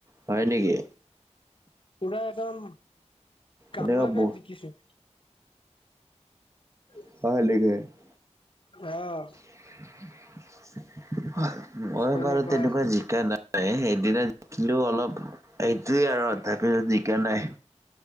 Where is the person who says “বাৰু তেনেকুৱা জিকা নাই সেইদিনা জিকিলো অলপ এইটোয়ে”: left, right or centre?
Right